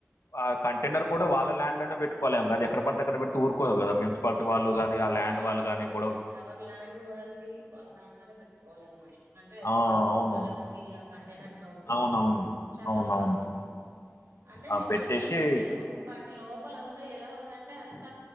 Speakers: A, on the left (about 75°); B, on the right (about 80°).
A: ఆ కంటైనర్ కూడ వాళ్ళ ల్యాండ్నే పెట్టుకోలేం కదా ఎక్కడడితే ఎక్కడ పెడితే ఊకోదు కదా మున్పాలిటీ వాళ్ళు కానీ ల్యాండ్
B: ఆ
A: వాళ్ళు కానీ
B: ఎవరి
A: గొడవ
B: ఎవరి ల్యాండ్ వాళ్ళది వాళ్ళ దాంట్లోనే పెట్టుకోవాల అనమ అంటే అది
A: ఆ,
B: ఫామ్ హౌస్
A: అవును
B: లోనే ఉంది ఆ కంటైనర్ హౌస్
A: అవునవును
B: చాల
A: అవునవును
B: బాగుంది అది అంటే
A: ఆ
B: నేను
A: పెట్టేసి
B: ఫస్ట్ టైం చూశను బట్ లోపల అంతా ఎలా ఉందంటే అంత